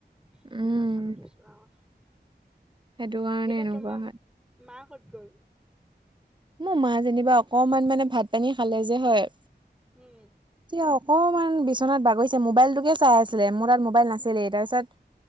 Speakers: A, in the centre; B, on the right.
A: সেইটো
B: উম,
A: কথা পাতিছো আও
B: সেইটো কাৰণে
A: এতিয়া
B: এনেকুৱা
A: তোমাৰ
B: হয়।
A: মা কত গল
B: মোৰ মা যেনিবা অকমান মানে ভাত পানী খালে যে হয়
A: উম।
B: এতিয়া অকণমান বিচনাত বাগৰিছে মোবাইলটোকে চাই আছিলে মোৰ তাত মোবাইল নাছিলেই তাৰপিছত